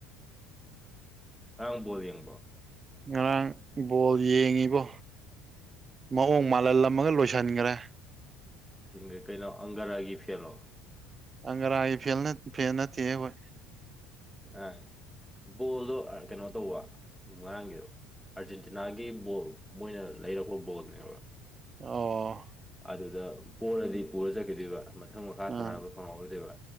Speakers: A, in the centre; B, on the right.
A: ꯉꯔꯥꯡ ꯕꯣꯜ ꯌꯦꯡꯕ꯭ꯔꫭ
B: ꯉꯔꯥꯡ ꯕꯣꯜ ꯌꯦꯡꯉꯤꯕꯣ ꯃꯑꯣꯡ ꯃꯥꯜꯍꯜꯂꯝꯃꯒ ꯂꯣꯏꯁꯤꯟꯈ꯭ꯔꯦ
A: ꯂꯥꯏꯁꯤꯟꯒ꯭ꯔꯦ ꯀꯩꯅꯣ ꯑꯪꯒꯔꯥꯒꯤ ꯐꯦꯜꯂꯣ
B: ꯑꯪꯒꯔꯥꯥꯏ ꯐꯦꯜ ꯅ ꯐꯦꯜ ꯅꯠꯇꯦ ꯍꯣꯏ
A: ꯑ ꯕꯣꯜꯗꯣ ꯀꯩꯅꯣ ꯇꯧꯕ ꯉꯔꯥꯡꯒꯤꯗ ꯑꯥꯔꯖꯦꯟꯇꯤꯅꯥꯒꯤ ꯕꯣꯜ ꯃꯣꯏꯅ ꯂꯩꯔꯛꯄ ꯕꯣꯜꯅꯦꯕ
B: ꯑꯣ
A: ꯑꯗꯨꯗ ꯄꯣꯔꯔꯗꯤ ꯄꯨꯔ ꯆꯠꯈꯤꯗꯣꯏꯕ ꯃꯊꯪ ꯃꯈꯥ ꯁꯥꯅꯕ
B: ꯑꯥ
A: ꯐꯪꯍꯧꯔꯣꯏꯗꯣꯏꯕ